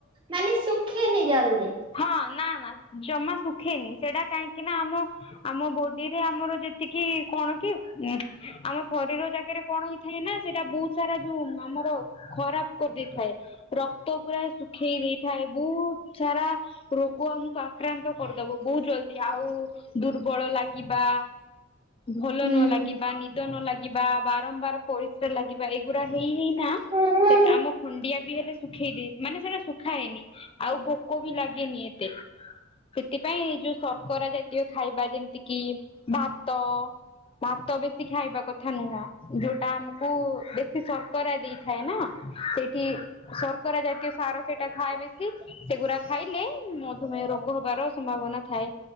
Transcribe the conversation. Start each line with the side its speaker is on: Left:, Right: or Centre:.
Right: ମାନେ ଶୁଖେନି ଜଲ୍ଦି।
Left: ହଁ ନା-ନା ଜମା ଶୁଖେନି ସେଟା କାହିଁକି ନା ଆମ-ଆମ ବଡିରେ ଆମର ଯେ ଏତିକି କଣ କି ଉଁ ଆମ ଶରୀର ଜାଗାରେ କଣ ହେଇ ଥାଏ ନା ସେଇଟା ବହୁତ୍ ସାରା ଯୋଉ ଆମର ଖରାପ୍ କରିଦେଇଥାଏ। ରକ୍ତ ପୁରା ଶୁଖେଇ ଦେଇଥାଏ, ବହୁତ୍ ସାରା ରୋଗ ଆମକୁ ଆକ୍ରାନ୍ତ କରିଦବ ବହୁତ୍ ଜଲ୍ଦୀ, ଆଉ ଦୁର୍ବଳ ଲାଗିବା ଭଲ
Right: ହୁଁ।
Left: ନ ଲାଗିବା, ନିଦ ନ ଲାଗିବା, ବାରମ୍ବାର ପ୍ରରିସା ଲାଗିବା ଏ ପୁରା ହେଇ ହେଇନା
Right: ହଁ
Left: ସେ ଆମ ଖଣ୍ଡିଆ ବି ହେଲେ ଶୁଖେଇଦେ ମାନେ ସେଟା ଶୁ ଖାଏନି ଆଉ ପୋକ ବି ଲାଗେ ଦିଏନି ଏତେ, ସେଥିପାଇଁ ଏଇ ଯୋଉ ଶର୍କରା ଜାତୀୟ ଖାଇବା ଯେମ୍ତି କି ଭା ତ ଭାତ ବେଶୀ ଖାଇବା କଥା ନୁହଁ, ଯୋଉଟା ଆମକୁ ବେ ସି ଶର୍କରା ଦେଇଥାଏ ନା ସେ ଠି ଶର୍କରା ଜାତୀୟ ସାର ସେଇଟା ଥାଏ ବେଶୀ, ସେଗୁରା ଥିଲେ ମଧୁମେୟ ରୋଗ ହବାର ସମ୍ଭାବନା ଥାଏ,